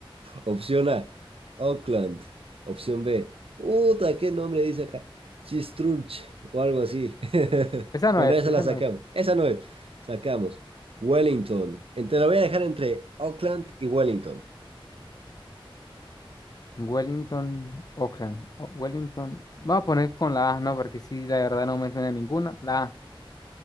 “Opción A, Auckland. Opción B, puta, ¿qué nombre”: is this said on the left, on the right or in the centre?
Right